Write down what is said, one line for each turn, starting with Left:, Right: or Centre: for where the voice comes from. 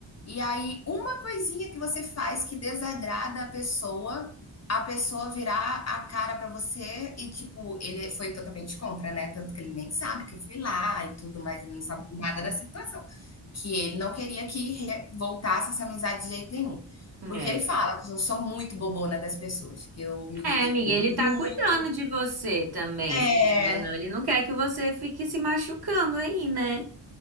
Left: E aí, uma coisinha que você faz que desagrada a pessoa, a pessoa virar a cara pra você e, tipo, ele foi totalmente contra, né? Tanto que ele nem sabe que eu fui lá e tudo mas ele não sabe nada da situação. Que ele não queria que re- voltasse essa amizade de jeito nenhum.
Right: É.
Left: Porque ele fala que eu sou muito bobona das pessoas, que eu me
Right: É,
Left: dedico
Right: amiga,
Left: muito.
Right: ele tá cuidando de você também,
Left: É.
Right: querido, ou não? Ele não quer que você fique se machucando aí, né?